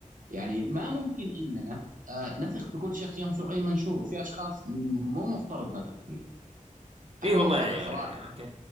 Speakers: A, on the right; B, on the right.
A: يعني ما ممكن اننا آه، نثق في كل شخص ينشر اي منشور في اشخاص مو مفترض نثق فيهم
B: إيه
A: انا مؤخرا
B: والله يعني.
A: صراحه
B: أوكي